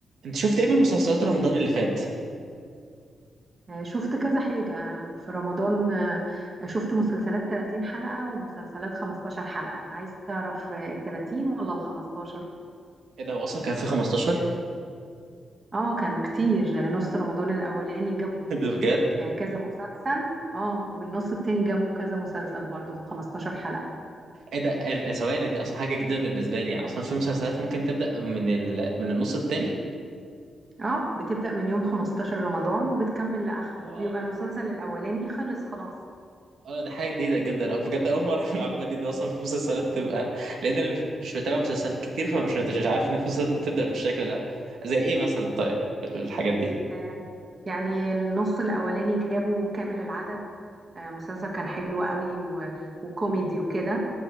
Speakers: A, on the right (about 75°); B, on the right (about 25°).
A: انت شفت ايه من مسلسلات رمضان اللي فات
B: آه، شفت كذا حاجة في رمضان آه، شفت مسلسلات 30 حلقة ومسلسلات 15 حلقة عايز تعرف آه، ال 30 ولا ال 15
A: ايه ده هو اصلا كان في 15
B: اه كانوا كتير آه، نص رمضان الأولاني جابوا
A: <laughs> ده بجد
B: آه، كذا مسلسل اه والنص التاني جابوا كذا مسلسل برضو 15 حلقة
A: ايه ده ال- ثواني دي اصلا حاجه جديده بالنسبه لي يعني اصلا في مسلسلات ممكن تبدا من ال... من النص التاني
B: اه بتبدأ من يوم 15 رمضان وبتكمل لآخره
A: اه
B: وبيبقى المسلسل الأولاني خلص خلاص
A: اه ده حاجه جديده جدا اه بجد اول مره اعرف المعلومه دي ان اصلا في مسلسلات تبقى لان انا مش مش بتابع مسلسلات كتير فمش مش عارف ان في مسلسلات بتبدا بالشكل ده زي ايه مثلا طيب الحاجات دي
B: آه، يعني النص الأولاني جابوا كامل العدد آه، مسلسل كان حلو قوي و- وكوميدي وكده